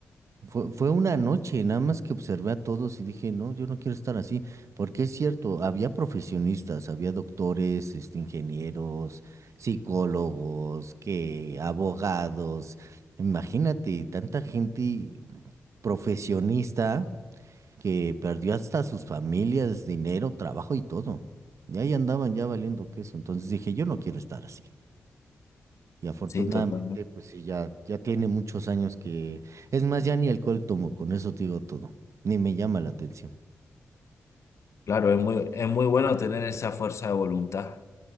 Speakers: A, on the right; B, on the left.
A: Fue, fue una noche, nada más que observé a todos y dije, no, yo no quiero estar así, porque es cierto, había profesionistas, había doctores, este, ingenieros, psicólogos, que abogados, imagínate, tanta gente profesionista que perdió hasta sus familias, dinero, trabajo y todo. Y ahí andaban ya valiendo queso, entonces dije, yo no quiero estar así. Y afortunadamente,
B: Sí, totalmente.
A: pues sí, ya, ya tiene muchos años que... Es más, ya ni alcohol tomo, con eso te digo todo. Ni me llama la atención.
B: Claro, es muy, es muy bueno tener esa fuerza de voluntad.